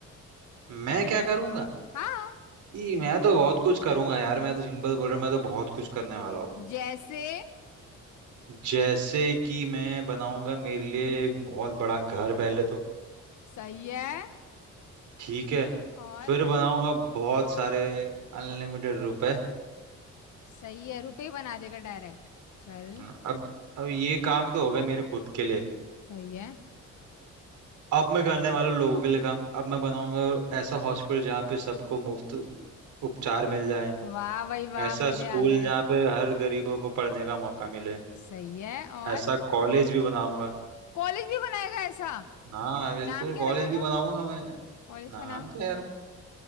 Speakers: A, on the right; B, on the left.
A: मैं क्या करूंगा
B: हाँ
A: ई मैं तो बहुत कुछ करूंगा यार मैं तो सिंपल बोल रहा हूँ मैं तो बहुत कुछ करने वाला हूँ
B: जैसे
A: जैसे कि मैं बनाऊंगा मेरे लिए एक बहुत बड़ा घर पहले तो
B: सही है
A: ठीक है
B: और
A: फिर बनाऊंगा बहुत सारे अनलिमिटेड रुपए
B: सही है रुपए बना देगा डायरेक्ट चल
A: हाँ, अब अब ये काम तो होगा मेरे खुद के लिए
B: सही है
A: अब मैं करने वाला हूँ लोगों के लिए काम अब मैं बनाऊंगा ऐसा हॉस्पिटल जहाँ पे सबको मुफ्त उपचार मिल जाए
B: वाह भाई वाह
A: ऐसा
B: मजे
A: स्कूल
B: आ गए
A: जहाँ पे हर गरीबों को पढ़ने का मौका मिले
B: सही है और
A: ऐसा कॉलेज भी बनाऊंगा
B: कॉलेज भी बनाएगा ऐसा
A: हाँ बिल्कुल
B: नाम क्या
A: कॉलेज
B: रखेगा
A: भी बनाऊंगा मैं
B: कॉलेज
A: नाम
B: का नाम
A: तो यार